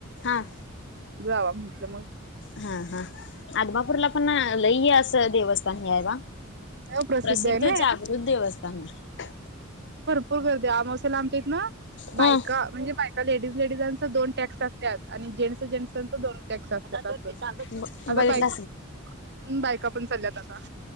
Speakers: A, on the left (about 60°); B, on the right (about 55°).
A: हा
B: जावा म्हटलं मग
A: हा हा, आदमापूरला पण लई असं देवस् ता हे आय बा,
B: होय
A: प्रसिद्ध
B: आहे ना.
A: जागृत देवस्थान आय.
B: पूर गर्दी आय, आमवसेला आमच्या इतन बायका
A: हम्म
B: म्हणजे बाय लेडीज लेडीजांचा दोन टॅक्स असत्यात. आणि जेंट्स जेट्सांचा दोन टेक्स असत्यात आस <unintelligible>
A: हम्म
B: आता
A: बघितलं
B: बायका <unintelligible> बायका पण चालल्यात आता